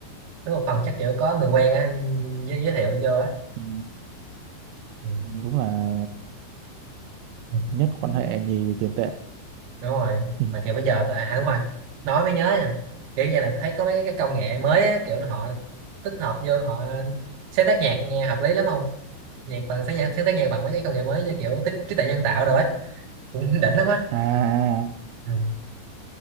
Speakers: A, on the right (about 65°); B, on the right (about 85°).
A: với một phần chắc kiểu có người quen á giới, giới thiệu vô á
B: ừ.
A: ừ.
B: đúng là
A: Ừ.
B: nhất quan
A: ừ.
B: hệ nhì tiền tệ <laughs>
A: đúng rồi
B: Ừ.
A: mà kiểu bây giờ tôi à, à đúng rồi nói mới nhớ nha kiểu giờ này thấy có mấy cái công nghệ mới á, kiểu họ tích hợp vô họ sáng tác nhạc nghe hợp lý lắm không nhạc bằng sáng nhạc sáng tác nhạc bằng mấy cái công nghệ mới như kiểu tích trí tuệ nhân tạo đồ á cũng <laughs> đỉnh lắm á
B: à à,
A: ừ.